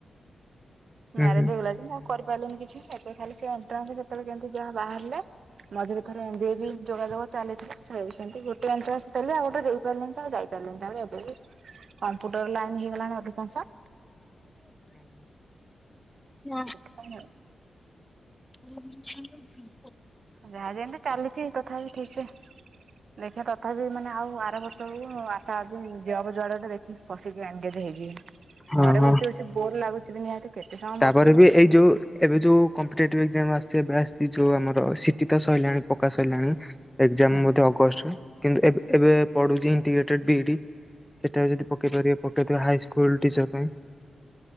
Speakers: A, in the centre; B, on the right.
A: ହୁଁ
B: ମ୍ୟାରେଜ
A: ହୁଁ
B: ହେଇଗଲା ଆଉ କରିପାରିଲନି କିଛି ସେ ଖାଲି ସେ ଏଣ୍ଟ୍ରାନ୍ସ କେତେବେଳେ କେମିତି ଯାହା ବାହାରିଲା। ମଝିରେ ଥରେ ଏ ବି ଯୋଗାଯୋଗ ଚାଲିଥିଲା ସେଉ ସେମତି ଗୋଟେ ଅଞ୍ଚଳ ଆସିଲି ଆଉ ଗୋଟେ ଦେଇପାରିଲେି ଆଉ ଯାଇଥିଲି। <unintelligible> କମ୍ପୁଟର ଲାଇନ ହେଇଗଲାଣି ଅଧିକାଂଶ।
A: ହଁ।
B: କଟକ।
A: <inaudible>
B: ଯାହା ଯେମତି ଚାଲିଛି ତଥାପି ଠିକ୍ ସେ। ଦେଖିବା ତଥାପି ମାନେ ଆଉ ଆର ବର୍ଷ ଆସା ଅଛି ଝିଅ ଯୁଆଡେରେ ଦେଖ। ବସିକି ଏନ୍ଗେଜ୍ ହେଇଯିବା
A: ହଁ
B: ଘରେ
A: ହଁ
B: ବସି ବସି ବୋର ଲାଗୁଛିି ନିହାତି। କେତେ ସମୟ
A: ତାପରେ
B: ବସିବ ହୁଁ
A: ବି ଏଇ ଯୋଉ। ଏବେ ଯୋଉ କମ୍ପି ଏ ଆସି ଏବେ ଆସି ଯୋଉ ଆମର ସିଟି ତ ସରିଲାଣି ପକ୍କା ସରିଲାଣି। ଏଜାମ
B: ହୁଁ
A: ଅଗଷ୍ଟରେ କିନ୍ତୁ ଏବେ ପଢୁଛି ଇଣ୍ଗ୍ରେ ବିଡି। ସେଟା ଯଦି ପକେଇ ପାରିବେ ପକେଇଦେବେ ହାଇସ୍କୁଲ ଟିଚର ପାଇଁ।